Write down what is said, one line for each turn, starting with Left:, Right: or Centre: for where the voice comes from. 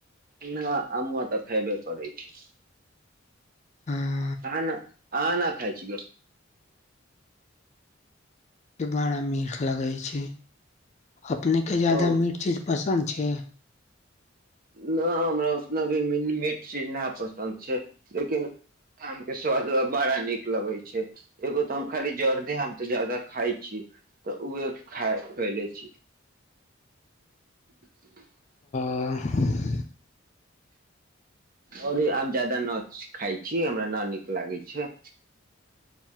Right: ना अमूआ तऽ खैबे करै छी
Left: हँ
Right: आहां ना आहां ना खाय छी
Left: बड़ा मीठ लगै छै अपनेके जादा
Right: ओ
Left: मीठ चीज पसन्द छै
Right: नहि हमरा उतना भी मीठ चीज ना पसन्द छै लेकिन आम के स्वाद बड़ा नीक लगै छै एगो तऽ हम खाली जर्दे आम तऽ ज्यादा खाय छी तऽ उहे खा खैले छी <inaudible>
Left: आह
Right: <inaudible> अरे आम ज्यादा न खाइ छी हमरा न नीक लागै छै